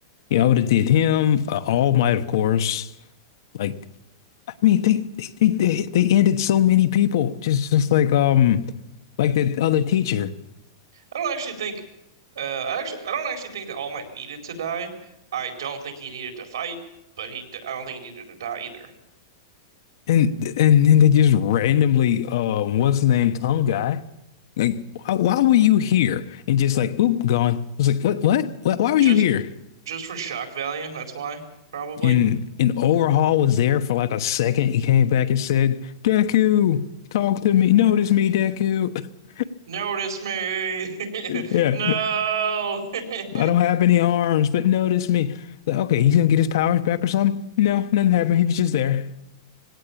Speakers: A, on the left; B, on the right.
A: Yeah, I would have did him. Uh, All Might, of course. Like, I mean, they they they they ended so many people. Just just like um, like the other teacher,
B: I don't actually think uh I actually I don't actually think that All Might needed to die. I don't think he needed to fight, but he I don't think he needed to die either.
A: and and then they just randomly um, what's the name, tongue guy. Like, why, why were you here? And just like, oop, gone. I was like, what, what, what? Why were
B: Just
A: you here?
B: just for shock value, that's why, probably.
A: And and Overhaul was there for like a second. He came back and said, Deku, talk to me, notice me, Deku. <laughs>
B: Notice me. <laughs>
A: Yeah,
B: No. <laughs>
A: I don't have any arms, but notice me. Like, okay, he's gonna get his powers back or something? No, nothing happened. He was just there.